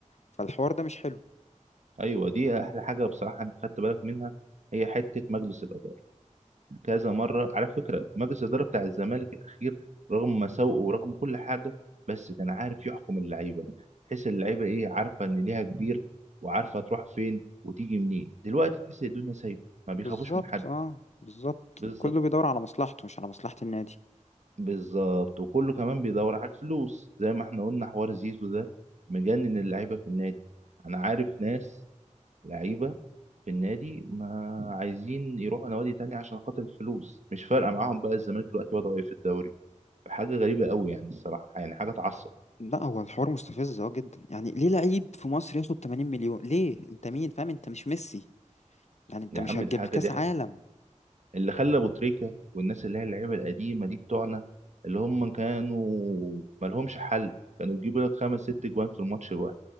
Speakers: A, on the left; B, on the right.
A: فالحوار ده مش حلو
B: ايوه دي احلى حاجه بصراحه انت خدت بالك منها هي حته مجلس الاداره كذا مره على فكره مجلس الاداره بتاع الزمالك الاخير رغم مساوئه ورغم كل حاجه بس كان عارف يحكم اللعيبه تحس اللعيبه ايه عارفه ان ليها كبير وعارفه تروح فين وتيجي منين دلوقتي تحس الدنيا سايبه ما بيخافوش
A: بالظبط
B: من حد
A: اه بالظبط
B: بالظبط
A: كله بيدور على مصلحته مش على مصلحة النادي
B: بالظبط وكله كمان بيدور على الفلوس زي ما احنا قلنا حوار زيزو ده مجنن اللعيبه في النادي انا عارف ناس لعيبه في النادي ما عايزين يروحوا نوادي تانية عشان خاطر الفلوس مش فارقة معاهم بقى الزمالك دلوقتي وضعه ايه في الدوري حاجه غريبه قوي يعني الصراحه يعني حاجه تعصب
A: لا هو الحوار مستفز اه جدا يعني ليه لعيب في مصر ياخد 80 مليون ليه انت مين فاهم انت مش ميسي يعني انت
B: يا
A: مش
B: عم
A: هتجيب
B: ده حاجه
A: كاس
B: ضحك
A: عالم
B: اللي خلى ابو تريكه والناس اللي هي اللعيبه القديمه دي بتوعنا اللي هم كانوا مالهمش حل كانوا يجيبوا لك خمس ست جوان في الماتش الواحد